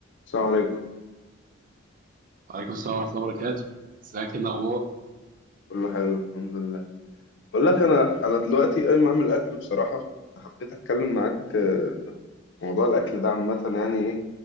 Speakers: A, on the left (about 60°); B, on the right (about 40°).
A: السلام عليكم
B: وعليكم السلام ورحمة الله وبركاته ازيك ايه الأخبار
A: كله حلو الحمد لله بقول لك انا انا دلوقتي قايم اعمل اكل بصراحه فحبيت اتكلم معاك آه، في موضوع الاكل ده عامه يعني ايه